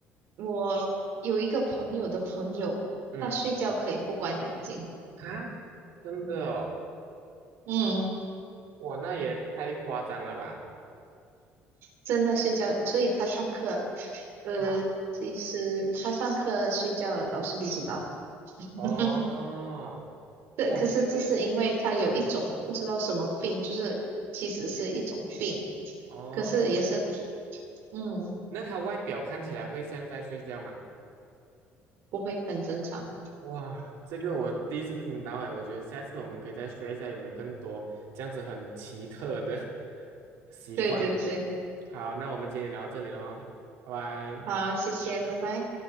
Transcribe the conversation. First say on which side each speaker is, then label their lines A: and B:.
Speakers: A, on the right (about 60°); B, on the right (about 80°).
A: 我有一个朋友的朋友，
B: 嗯
A: 他睡觉可以不关眼睛，
B: 啊，真的哦，
A: 嗯，
B: 哇，那也太夸张了吧？
A: 真的睡觉，所以他上课，呃，
B: 啊，
A: 其实他上课睡觉了，老师不知道。
B: 哦，
A: <laughs> 对，
B: 哇，
A: 可是这是因为他有一种不知道什么病，
B: 这个，嗯，
A: 就是其实是一种病，
B: 哦，
A: 可是也是，嗯，
B: 那他外表看起来会像在睡觉吗？
A: 不会，很正常。
B: 哇，这个我第一次听到诶，我觉得下次我们可以再学一下有没有更多这样子很奇特的 <laughs> 习惯。
A: 对对对，
B: 好，那我们今天聊到这里喽，拜拜。
A: 好，谢谢，拜拜。